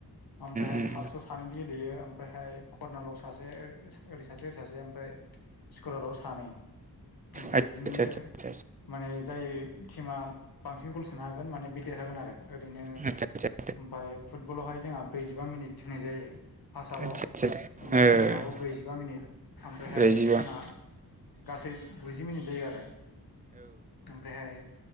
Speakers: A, on the left (about 65°); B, on the right (about 20°).
A: ओमफ्रायहाय
B: उम
A: हफस' सानै गेलेयो ओम ओमफ्रायहाय कर्नालाव सासे ओ-ओ-ओरै सासे ओरै सासे ओमफ्राय स्कराराव सानै ओमफ्राय
B: आदसा
A: बिदिनो
B: आदसा
A: जो
B: आदसा
A: माने जाय टिमा बांसिन गल सोनो हागोन माने बे देरहागोन आरो ओरैनो
B: आदसा आदसा
A: ओमफाय फुटबलावहाय जोंहा ब्रैजिबा मिनिट होनाय जायो। फास हाबाव
B: आदसा आदसा
A: ओमफाय
B: आदसा ओ
A: सेकेणड हाबाव ब्रैजिबा मिनिट ओमफ्रायहाय
B: ब्रैजिबा
A: जोंहा
B: औ
A: गासै गुजि मिनिट जायो आरो। ओमफ्रायहाय